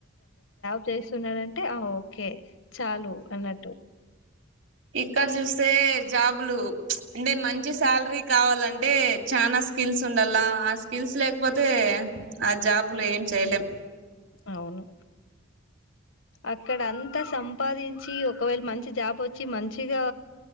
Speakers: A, on the left; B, on the right.
A: ప్లేస్ ఉన్నాదంటే ఓకే చాలు అన్నట్టు
B: ఇక్కడ్ జూస్తే జాబులు అంటే మంచి శాల్రీ కావాలంటే చనా స్కిల్స్ ఉండాల ఆ స్కిల్స్ లేక్పోతే ఆ జాబులో ఏం చేయలేం
A: అవును అక్కడ్ అంత సంపాదించి ఒకవేళ మంచి జాబ్ ఒచ్చి మంచిగా